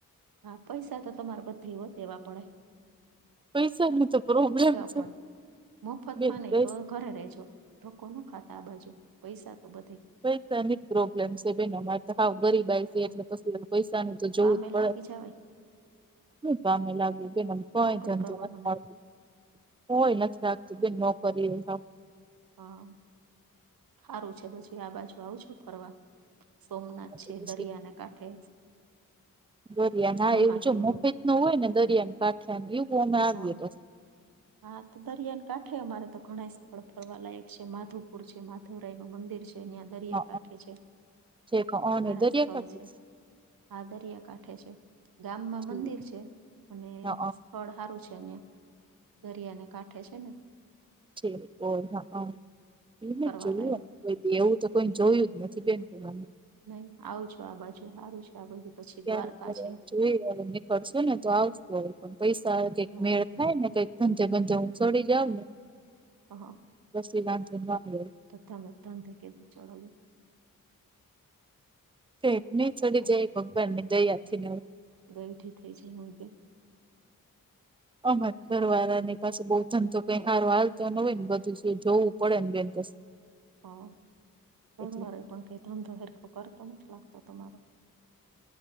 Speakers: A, on the right; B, on the right.
A: હા પૈસા તો તમારે બધેય હોય. દેવા પડે.
B: પૈસાની તો પ્રોબ્લેમ છે.
A: પણ મોફતમાં
B: બેન
A: નહીં
B: પૈસ
A: તો ઘરે રેહજો. ધકો નો ખાતા આ બાજુ પૈસા તો બધેય
B: પૈસાની જ પ્રોબ્લેમ છે બેન અમાર. હાવ ગરીબાઈ છે
A: અ,
B: એટલે પછી પૈસાનું તો જોવું
A: કામે
B: જ પડે.
A: લાગી જવાય
B: હું કામે લાગીએ બેન અમે કઈ
A: નોકરી
B: જંજળ
A: કરવા
B: નથ
A: માંડે
B: મળતી. તોય નથી લાગતું બેન નોકરીયુ
A: હા હારું છે પછી આ બાજુ આવજો ફરવા. સોમનાથ છે
B: તો પછી
A: દરિયાના કાંઠે.
B: દરિયાન હા
A: મહાદેવનું
B: એવું જો મોફેતનુ હોય ને દરિયાન કા દીયુ બોન મે આવીએ
A: હા
B: તો.
A: હા તો દરિયાન કાંઠે અમારે તો ઘણાંય સ્થળ ફરવા લાયક છે માધુપુર છે, માધવરાયનું મંદિર છે ન્યાં દરિયાકાઠે
B: હઅ
A: છે
B: ઠીક હઅને
A: હારા
B: દરિયા
A: સ્થળ
B: કાંઠે
A: છે. આ દરિયાકાાંઠે છે, ગામમાં
B: ઠીક
A: મંદિર છે અને
B: હઅ
A: સ્થળ સારું છે ન્યા. દરિયાનાકાંઠે છે ને?
B: છે ઓ હા એને
A: ફરવાલાયક
B: જોઈએ. કોઈ દી એવું તો કોઈ જોયું જ નથી બેન તમાર.
A: નઈ આવજો આ બાજુ હારું છે આ બાજુ. પછી
B: ક્યારે
A: દ્વારકા છે
B: <inaudible> જોઈ અને નીકળશુ ને તો આવ પણ પૈસા આવે કઈક
A: હા
B: મેળ થાય ને કઈક ધંધો બંધો હું ચડી જાઉં ને.
A: હા
B: પછી વાન્ધો ના મલે.
A: તો ને ધંધે કેથી ચડાવે.
B: તો એટલે
A: ત્યાં
B: ચડી
A: તો
B: જાય ભગવાનની દયાથી ને
A: ગઈ થી થઈ જાયે હોય ને.
B: અમારે ઘરવાળાનેય પાસે બહુ ધંધો તો કંઈ હારો હાલતો ન હોય ને બધું જોવું પડે ને બેન પસી
A: હા ઘરિવાર
B: એટલે
A: પણ કઈ ધંધો હેરખો કરતો નથી લાગતો તમારો.